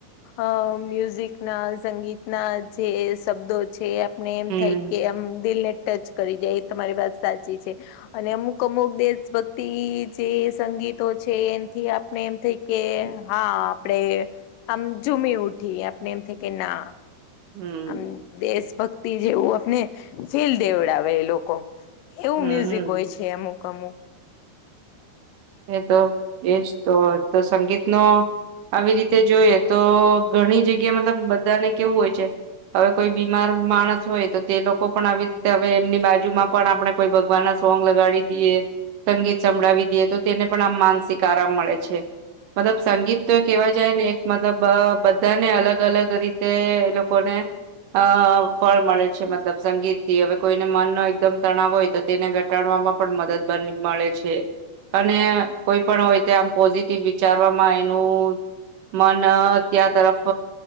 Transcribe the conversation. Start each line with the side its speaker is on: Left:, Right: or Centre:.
Left: અ મ્યુઝિકના સંગીતના જે શબ્દો. છે, આપને એમ
Right: હમ.
Left: થાય કે આમ દિલને ટચ. કરી જાય એ તમારી વાતસાચી છે, અને અમુક અમુક દેશભક્તિ જે, સંગીતો છે એનથી આપણે એમ થઈ કે હા આપણે આમ ઝુમી ઉઠી આપને એમ થાય કે ના
Right: હમ
Left: આમ દેશ ભક્તિ જેવું આપને ફીલ દેવડાવે એ લોકો એવું
Right: હમ.
Left: મ્યુઝિક હોય છે અમુક અમુક
Right: એ તો એજ તો તો સંગીતનો આવી રીતે જોઈએ તો ઘણી જગ્યા મતલબ બધાને કેવું હોય છે હવે કોઈ બીમાર માણસ હોય તો તે લોકો પણ આવી રીતે હવે એમની બાજુમાં પણ આપણે કોઈ ભગવાનના સોંગ લગાડી દઈએ સંગીત સંભળાવી દઈએ તો તેને પણ આમ માનસિક આરામ મળે છે મતલબ સંગીત તો કહેવા જાય ને મતલબ બધાને અલગ અલગ રીતે એ લોકોને અ ફળ મળે છે મતલબ સંગીતથી હવે કોઈને મનનો એકદમ તણાવ હોય તો તેને ઘટાડવામાં પણ મદદ મલ મળે છે. અને કોઈ પણ હોય તે આમ પોઝિટિવ વિચારવામાં એનું મન ત્યાં તરફ